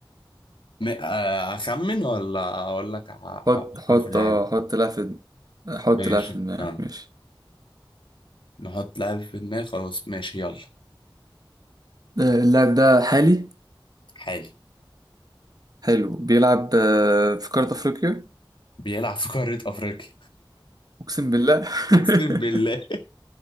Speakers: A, on the left; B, on the right.
A: م... آه، اخمن ولا اقول لك ع-
B: حط
A: افكر
B: حط
A: في لاعب
B: اه حط لعب في حط
A: ماشي
B: لعب في
A: استنى
B: دماغك ماشي
A: نحط لاعب في دماغي خلاص ماشي يلا
B: آه، اللاعب ده حالي
A: حالي
B: حلو بيلعب آه، في قاره افريقيا
A: بيلعب في قاره افريقيا
B: اقسم بالله
A: <laughs> اقسم بالله
B: <laughs>